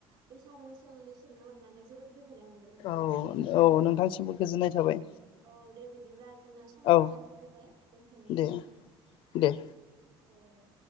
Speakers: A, on the right; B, on the left.
A: बैसागोनि सोमोन्दै सोंनो मोननानै जोबोर गोजो नाय मोनदों नोंथां।
B: औ नोंथांसिमबो
A: औ
B: गोजोननाय थाबाय
A: औ दे बिदिब्ला जोंना समाबो
B: औ
A: जाना फैबाय दोनथ'नोसै
B: दे
A: नामा
B: दे
A: औ दे